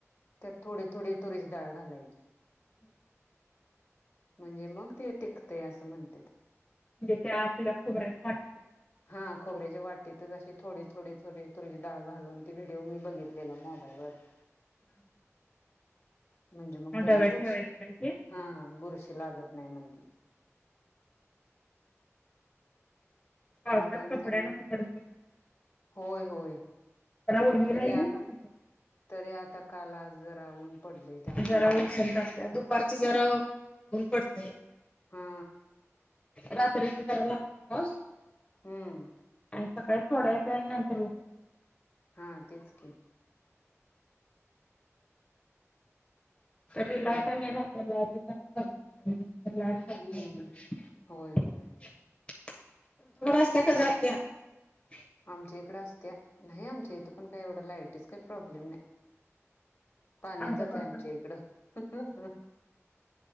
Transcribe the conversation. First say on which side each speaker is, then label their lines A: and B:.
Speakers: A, on the left; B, on the left.
A: त्यात थोडी थोडी तुरीची डाळ घालायची.
B: <inaudible>
A: म्हणजे मग ते टिकते असं म्हणत्यात.
B: म्हणजे त्या आपल्याला खोबऱ्याच्या वाटी त्या.
A: हा खोबराच्या वाटीतच अशी थोडी थोडी थोडी तुरीची डाळ घालून ती व्हिडिओ मी बघितलेला. मोब बाईला ना <unintelligible>
B: <inaudible>
A: म्हणजे मग त्याला
B: डब्यात
A: बुरशी
B: ठेवायचं काय ते
A: हा बुरशी. लागत नाही म्हणटली.
B: पावसात
A: मोगच्या,
B: कपड्यान फुकट जरा
A: होय होय.
B: ओली
A: तरी
B: राहिली
A: आ
B: ना
A: तरी आता काम आज जरा ऊन पडले त्यामुळे
B: जरा
A: वाळाया
B: उष्णता
A: घातली.
B: असत्या दुपारचं जरा ऊन पडतंय.
A: हा.
B: रात्रीचा जरा लागतो. पाऊस.
A: हम्म.
B: आणि सकाळी थोड्या येतो, नंतर ऊन येत.
A: हा तेच की.
B: तरी लायटनी
A: मग
B: ना आप प्रॉब्लेम <unintelligible>
A: हम्म होय होय
B: <unintelligible> बरे असते का जातेया, श,
A: आमच्या इकडे असत्या, नाही आमच्या इथं पण, काही एवढं लायटीच काही प्रॉब्लेम नाय. पाण्यातच
B: आमच्याकडे
A: आहे आमच्या इकडं.